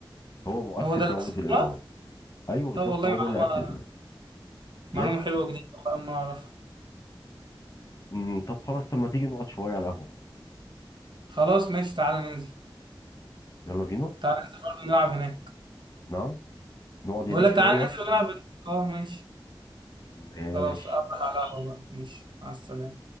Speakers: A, on the left (about 40°); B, on the right (about 60°).
A: هو مؤسس
B: هو ده
A: دولة
B: اللي ماسك
A: الامارات
B: الامارات
A: ايوه بالظبط
B: طب والله
A: هو
B: معلومة
A: ده اللي اسسها بجد
B: معلومة حلوة جديدة والله ما اعرفها
A: مم، طب خلاص طب ما تيجي نقعد شوية على القهوة
B: خلاص ماشي تعالى ننزل
A: يلا بينا
B: تعالى ننزل برضه نلعب هناك
A: نعم نقعد هناك
B: بقول لك
A: شوية
B: تعالى ننزل نلعب اه ماشي
A: ماشي
B: خلاص أقابلك على القهوة بقى ماشي مع السلامة